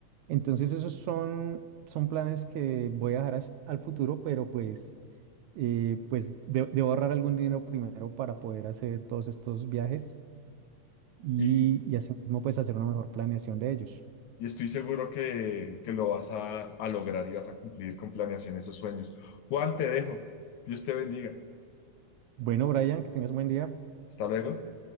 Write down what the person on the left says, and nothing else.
Y,
y estoy seguro que, que lo vas a, a lograr y vas a cumplir con planeación esos sueños. Juan, te dejo. Dios te bendiga.
Hasta luego.